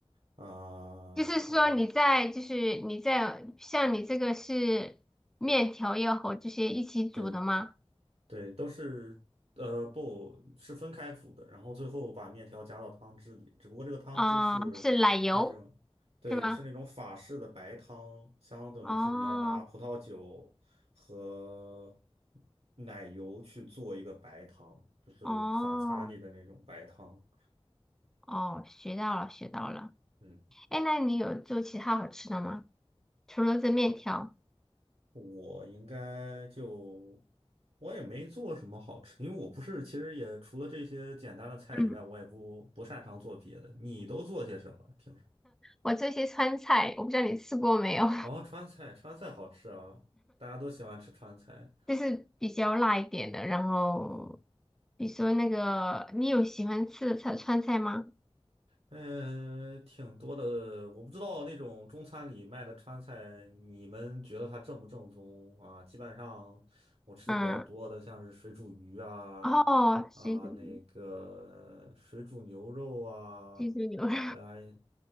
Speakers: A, on the right; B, in the centre.
A: 啊、
B: 就是说你在就是你在像你这个是面条要和这些一起煮的吗？
A: 哦，对。对，都是呃不是分开煮的，然后最后把面条加到汤汁里。只不过这个汤汁是那种，
B: 啊、是奶油
A: 对，
B: 是吗？
A: 是那种法式的白汤，相当于是你要拿葡萄酒和
B: 哦
A: 奶油去做一个白汤，就是法餐里的那种白汤。
B: 哦哦，学到了学到了。
A: 嗯，
B: 哎，那你有做其他好吃的吗？除了这面条，
A: 我应该就我也没做什么好吃，因为我不是，其实也除了这些简单的菜以外，
B: 嗯，
A: 我也不不擅长做别的。你都做些什么？平常？
B: 我做一些川菜，我不知道你吃过没有，
A: 哦，川菜，川菜好吃啊，大家都喜欢吃川菜。
B: <laughs> 就是比较辣一点的。然后，
A: 啊哈。
B: 比如说那个，你有喜欢吃的川川菜吗？
A: 嗯，挺多的。我不知道那种中餐里卖的川菜，你们觉得它正不正宗啊？基本上我吃的比较多的，
B: 嗯，
A: 像是水煮鱼啊，
B: 哦，水煮
A: 啊，那个水煮牛肉啊，
B: 水煮牛肉，<laughs>
A: 呃，